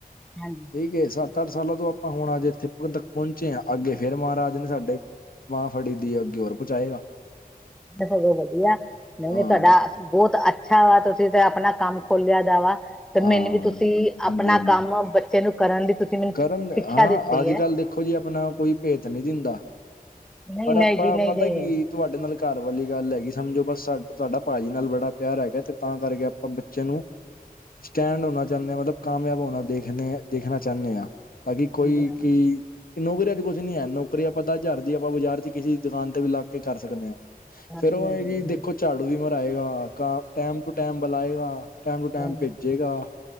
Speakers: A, in the centre; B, on the left.
A: ਹਾਂਜੀ
B: ਠੀਕ ਏ ਸੱਤ ਅੱਠ ਸਾਲਾਂ ਤੋਂ ਆਪਾਂ ਹੁਣ ਅੱਜ ਇਥੇ ਉਥੋਂ ਤੱਕ ਪਹੁੰਚੇ ਆ, ਅੱਗੇ ਫਿਰ ਮਹਾਰਾਜ ਨੇ ਸਾਡੇ ਬਾਹ ਫੜੀ ਦੀ ਹੈ ਅੱਗੇ ਹੋਰ ਪਹੁੰਚਾਏਗਾ
A: ਚਲੋ ਵਧੀਆ ਮੈਂ
B: ਹਾਂ
A: ਵੀ ਤੁਹਾਡਾ ਬਹੁਤ ਅੱਛਾ ਵਾ ਤੁਸੀਂ ਤੇ ਆਪਣਾ ਕੰਮ ਖੋਲਿਆ ਦਾ ਵਾ। ਤੇ
B: ਹਾਂ
A: ਮੈਨੂੰ ਵੀ ਤੁਸੀਂ ਆਪਣਾ
B: ਹਾਂਜੀ ਹਾਂਜੀ
A: ਕੰਮ ਬੱਚੇ ਨੂੰ ਕਰਨ ਦੀ ਤੁਸੀਂ ਮੈਨੂੰ
B: ਕਰਨ
A: ਸਿੱਖਿਆ
B: ਹਾਂ
A: ਦਿੱਤੀ
B: ਅੱਜ
A: ਹੈ
B: ਕੱਲ ਦੇਖੋ ਜੀ ਆਪਣਾ ਕੋਈ ਭੇਤ ਨਹੀਂ ਦਿੰਦਾ।
A: ਨਹੀਂ
B: ਪਰ
A: ਨਹੀਂ
B: ਆਪਾਂ
A: ਜੀ ਨਹੀਂ
B: ਪਤਾ
A: ਨਹੀਂ
B: ਕੀ ਤੁਹਾਡੇ ਨਾਲ ਘਰ ਵਾਲੀ ਗੱਲ ਹੈਗੀ ਐ, ਸਮਝੋ ਬਸ ਸਾ ਸਾਡਾ ਭਾਜੀ ਨਾਲ ਬੜਾ ਪਿਆਰ ਹੈਗਾ ਤੇ ਤਾਂ ਕਰਕੇ ਆ ਆਪ ਬੱਚੇ ਨੂੰ ਸਟੈਂਡ ਹੋਣਾ ਚਾਹੁੰਦੇ ਹਾਂ ਮਤਲਬ ਕਾਮਯਾਬ ਹੋਣਾ ਦੇਖਨੇ ਦੇਖਣਾ ਚਾਹੁੰਦੇ ਤਾਂ ਕੋਈ
A: ਹਾਂਜੀ
B: ਕੀ ਨੌਕਰੀ ਅੱਜ ਕੁਛ ਨੀ ਹੈ ਨੌਕਰੀ ਆਪਾਂ ਦ ਹਜ਼ਾਰ ਦੀ ਆਪਾਂ ਬਾਜ਼ਾਰ ਚ ਕਿਸੇ ਦੁਕਾਨ ਤੇ ਵੀ ਲੱਗ ਕੇ ਕਰ ਸਕਦੇ ਹਾਂ।
A: ਹਾਂਜੀ
B: ਫਿਰ ਉਹ
A: ਹਾਂਜੀ ਹਾਂਜੀ
B: ਇਹ ਹੈ ਕੀ ਦੇਖੋ ਝਾੜੂ ਵੀ ਮਰਾਏਗਾ, ਕਾ ਟੈਮ ਟੂ ਟੈਮ ਬੁਲਾਏਗਾ। ਟਾਈਮ ਟੂ ਟਾਈਮ
A: ਹਾਂਜੀ
B: ਭੇਜੇਗਾ,
A: ਹਾਂਜੀ